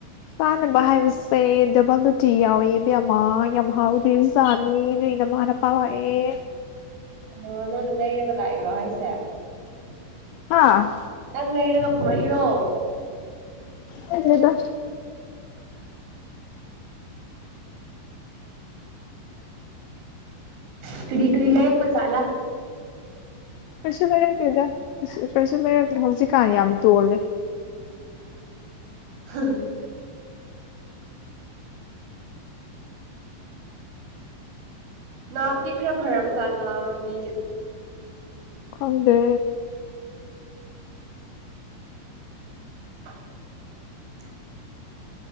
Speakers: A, on the left (about 85°); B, on the right (about 70°).
A: ꯆꯥꯅꯕ ꯍꯥꯏꯕꯁꯦ ꯗꯕꯜꯨ ꯇꯤ ꯌꯥꯎꯋꯦꯕꯃꯥ ꯌꯥꯝ ꯍꯥꯎꯗ ꯆꯥꯅꯤ ꯅꯣꯏꯅ ꯃꯥꯅ ꯄꯥꯎ ꯍꯥꯏꯌꯦ
B: ꯑꯣ ꯅꯪ ꯂꯩꯔꯒ ꯂꯥꯛꯏꯔꯣ ꯍꯥꯏꯁꯦ
A: ꯍꯥꯥ
B: ꯅꯪ ꯂꯩꯔꯒ ꯄꯨꯔꯛꯏꯔꯣ
A: ꯈꯪꯗ꯭ꯔꯦꯗ
B: ꯑꯦ ꯀꯔꯤ ꯀꯔꯤ ꯂꯩꯔꯛꯄꯖꯥꯠꯂꯥ
A: ꯀꯩꯁꯨ ꯂꯩꯔꯛꯇꯦꯗ ꯀꯩꯁꯨ ꯂꯩꯔꯛꯇꯦ ꯍꯧꯖꯤꯛꯀꯥꯟꯅ ꯌꯥꯝ ꯇꯣꯜꯂꯦ
B: ꯍꯥ ꯍꯥ ꯅ ꯏ ꯈꯔ ꯐꯔꯔꯕ ꯆꯂ ꯃꯥꯅꯤ
A: ꯈꯪꯗꯦ
B: <unintelligible>